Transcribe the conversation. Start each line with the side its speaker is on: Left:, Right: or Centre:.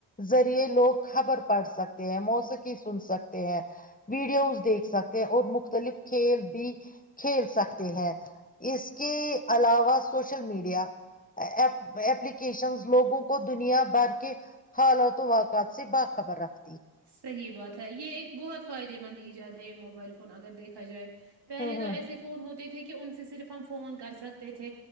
Left: ذریعے لوگ خبر پڑھ سکتے ہیں موسیقی سن سکتے ہیں ویڈیوز دیکھ سکتے ہیں اور مختلف کھیل بھی کھیل سکتے ہیں اس کے علاوہ سوشل میڈیا پ ایپلیکیشنز لوگوں کو دنیا بر کے خالا تو وا پچ سے باک خبر رکھ
Right: صحیح بات تھا یہ ایک بہت فائدے مند ایجاد ہے یہ موبائل فون اگر دیکھا جائے پہلے
Left: ہوں
Right: تو
Left: ہوں
Right: ایسے فون ہوتے تھے کہ ان سے صرف ہم فون کر سکتے تھے